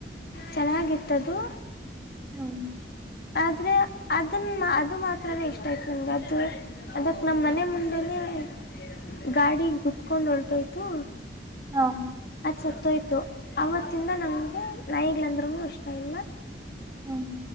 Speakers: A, on the left; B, on the right.
A: ಚೆನ್ನಾಗಿತ್ತದು
B: ಹ್ಮ್
A: ಆದ್ರೆ ಅದನ್ನ ಅದು ಮಾತ್ರೇ ಇಷ್ಟ ಆಯ್ತು ನನ್ಗೆ ಅದು ಅದಕ್ ನಮ್ಮ್ ಮನೆ ಮುಂದ ಮೇಲೆ ಗಾಡಿ ಗತ್ಕೊಂಡ್ ಹೊಲ್ಟೋಯ್ತು.
B: ನೊ
A: ಅದು ಸತ್ತೋಯ್ತು ಆವತ್ತಿಂದ ನಂಗೆ ನಾಯಿಗಳಂದ್ರೂ ಇಷ್ಟ ಇಲ್ಲ.
B: ಹ್ಮ್